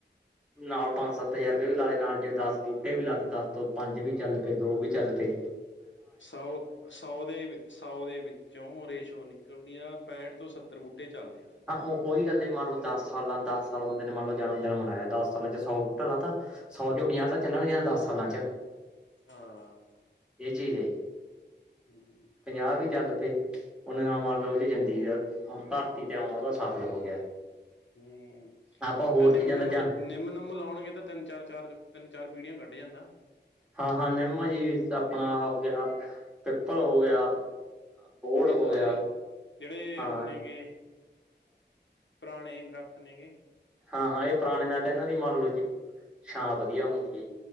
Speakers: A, in the centre; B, on the left (about 85°).
A: ਨਾਲ ਪੰਜ ਸੱਤ ਹਜ਼ਾਰ ਰੁਪਏ ਵੀ ਲਾ ਦੇ, ਨਾਲ ਜੇ ਦਸ ਬੂਟੇ ਵੀ ਲਾ ਤੇ ਦਸ ਤੋਂ ਪੰਜ ਵੀ ਚੱਲ ਪੇ ਦੋ ਵੀ ਚੱਲ ਪੇ।
B: ਸਊ ਸਊ ਦੇ ਬੀ ਸੌ ਦੇ ਵਿੱਚੋਂ ਰੇਸ਼ੋ ਨਿਕਲਦੀ ਆ, ਪੈਂਹਠ ਤੋਂ ਸੱਤਰ ਬੂਟੇ ਚੱਲਦੇ ਆ।
A: ਹਾਂ ਉਹ ਉਹੀ ਗੱਲ ਐ, ਮੰਨ ਲਓ ਦਸ ਸਾਲਾਂ, ਦਸ ਸਾਲ ਬੰਦੇ ਨੇ ਮੰਨ ਲਓ ਜਨ ਦਿਨ ਮਨਾਇਆ, ਦਸ ਸਾਲਾਂ 'ਚ ਸੌ ਬੂਟਾ ਲਾ ਤਾ ਸੌ 'ਚ ਪੰਜਾਹ
B: ਹੂੰ,
A: ਤਾਂ ਚੱਲਣਗੇ ਦਸ ਸਾਲਾਂ 'ਚ,
B: ਹਾਂ,
A: ਇਹ ਚੀਜ਼ ਐ ਜੀ।
B: ਹੂੰ ਹੂੰ।
A: ਪੰਜਾਹ ਹੀ ਚੱਲ ਪੇ, ਉਹਨੇ ਨਾਲ ਮੰਨ ਲਓ ਉਹਦੀ ਜ਼ਿੰਦਗੀ ਧਰਤੀ ਤੇ ਆਉਣਾ ਉਹਦਾ ਸਫ਼ਲ ਹੋ ਗਿਆ।
B: ਹੂੰ,
A: ਆਪਾਂ
B: ਬੂਟਾ
A: ਹੋਰ
B: ਨਿਮ
A: ਚੀਜ਼ਾਂ
B: ਨੁਮਾ
A: ਦਾ ਜਾਣ
B: ਲਾ, ਨਿ ਨਿੰਮ ਨੁਮਾ ਲਾਉਣਗੇ ਤਾਂ ਤਿੰਨ ਚਾਰ- ਚਾਰ, ਤਿੰਨ ਚਾਰ ਪੀੜੀਆਂ ਕੱਢ ਜਾਂਦਾ।
A: ਹਾਂ ਹਾਂ ਨਿੰਮ ਜੀ ਆਪਣਾ ਹੋ ਗਿਆ, ਪਿੱਪਲ ਹੋ ਗਿਆ। ਬੋਹੜ
B: ਇਹ
A: ਹੋ
B: ਸਾਰੇ
A: ਗਿਆ
B: ਜਿਹੜੇ
A: ਹਾਂ
B: ਉਹ ਹੋਣਗੇ ਪੁਰਾਣੇ ਦਰਖ਼ਤ ਨੇ ਗੇ।
A: ਹਾਂ ਹਾਂ, ਇਹ ਪੁਰਾਣੇ ਨਾਲੇ ਤਾਂ ਇਹਨਾਂ ਦੀ ਮੰਨ ਲੋਓ ਜੀ, ਛਾਂ ਵਧੀਆ
B: ਹੂੰ
A: ਹੁੰਦੀ ਐ ਜੀ।